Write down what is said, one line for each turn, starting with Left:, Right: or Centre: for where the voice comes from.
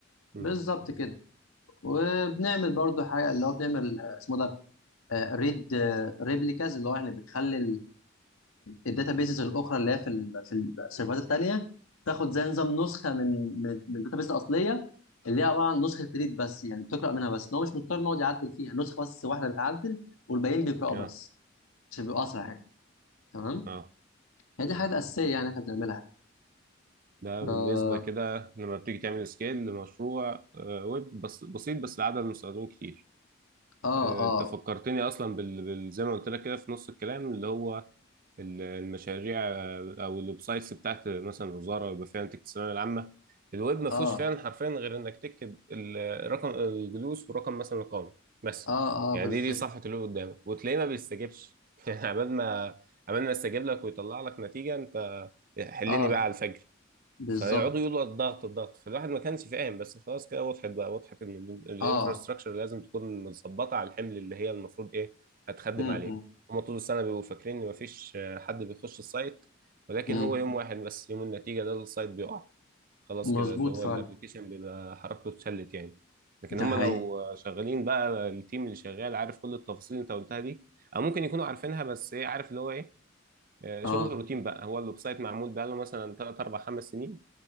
Right: امم
Left: بالظبط كده وبنعمل برضو حاجه اللي هو بنعمل آه، اسمه ده ريد ريبليكاز اللي هو يعني بنخلي الداتا بيزز الاخرى اللي هي في ال في السيرفرات التانيه تاخد زي نظام نسخه من من الداتا بيز الاصليه اللي هي عباره عن نسخه ريد بس يعني بتقرا منها بس ان هو مش مضطر إن هو يقعد يعدل فيها نسخه بس واحده بتعدل والباقيين بيقراوا
Right: اه
Left: بس عشان بيبقوا اسرع يعني تمام
Right: اه
Left: هي دي حاجات اساسيه يعني احنا بنعملها يعني.
Right: ده
Left: اه
Right: بالنسبه كده لما بتيجي تعمل سكيل لمشروع آه، ويب بس بسيط بس لعدد المستخدمين كتير
Left: اه
Right: آه،
Left: اه
Right: انت فكرتني اصلا بال... بال... زي ما قلت لك كده في نص الكلام اللي هو ال- المشاريع آه، او الويب سايتس بتاعت مثلا الوزاره يبقى فيها نتيجه الثانويه العامه الويب ما
Left: اه
Right: فيهوش فعلا حرفيا غير انك تكتب الرقم الجلوس ورقم مثلا القامه بس
Left: اه,
Right: يعني
Left: آه بالظبط
Right: دي دي صفحه الويب قدامك وتلاقيه ما بيستجيبش <laughs> يعني عبال ما عبال ما يستجيب لك ويطلع لك نتيجه انت حلني
Left: اه
Right: بقى على الفجر
Left: بالظبط
Right: فيقعدوا يقولوا الضغط الضغط فالواحد ما كانش فاهم بس خلاص كده وضحت بقى وضحت ان الانفراستراكشر
Left: اه
Right: لازم تكون متظبطه على الحمل اللي هي المفروض ايه هتخدم
Left: امم
Right: عليه هما طول السنه بيبقوا فاكرين ان مفيش آه، حد بيخش السايت ولكن
Left: امم
Right: هو يوم واحد بس يوم النتيجه ده السايت بيقع خلاص
Left: مظبوط
Right: كده اللي هو
Left: فعلا
Right: الابلكيشن بيبقى حركته اتشلت يعني لكن
Left: ده
Right: هما
Left: حقيقي
Right: لو آه، شغالين بقى التيم اللي شغال عارف كل التفاصيل اللي انت قلتها دي او ممكن يكونوا عارفينها بس ايه عارف اللي هو ايه آه،
Left: اه
Right: شغل روتين بقى هو الويب سايت معمول بقى له مثلا 3 4 5 سنين